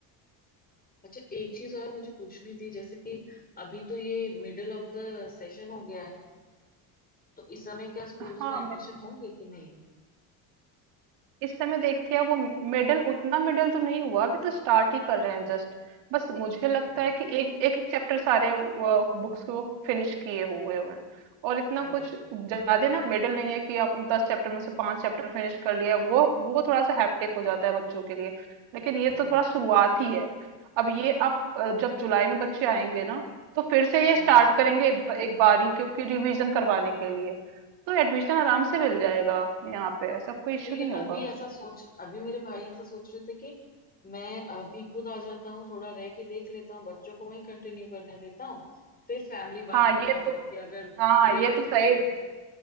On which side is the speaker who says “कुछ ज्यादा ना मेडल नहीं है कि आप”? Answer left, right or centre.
Right